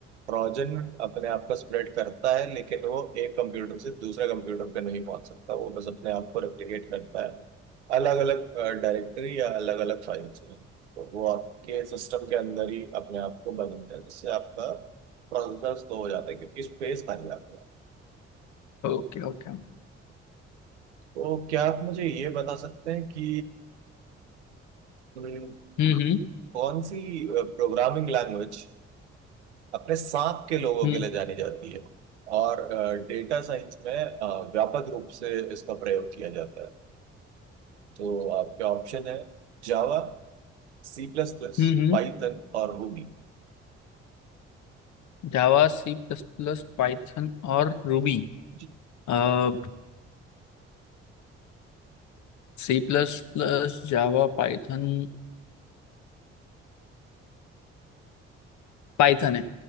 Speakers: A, on the right; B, on the left.
A: ट्रोजन अपने आप को स्प्रेड करता है लेकिन वो एक कंप्यूटर से दूसरे कंप्यूटर पे नहीं पहुंच सकता वो बस अपने आप को रेप्लिकेट करता है अलग अलग डायरेक्टरी या अलग अलग फाइल्स में तो वो आपके सिस्टम के अंदर ही अपने आप को बदलता है जिससे आपका प्रोसेसर स्लो हो जाता है क्योंकि स्पेस खाली जाती है
B: Okay okay
A: तो क्या आप मुझे ये बता सकते हैं कि हम्म,
B: हम्म हम्म
A: कौन सी प्रोग्रामिंग लैंग्वेज अपने सांप के लोगों
B: हम्म
A: के लिए जानी जाती है और डेटा साइंस में अ, व्यापक रूप से इसका प्रयोग किया जाता है तो आपके ऑप्शन है Java C plus plus
B: हम्म हम्म
A: Python और रूबी
B: Java C plus plus Python और रूबी
A: जी,
B: अह C plus plus Java Python Python है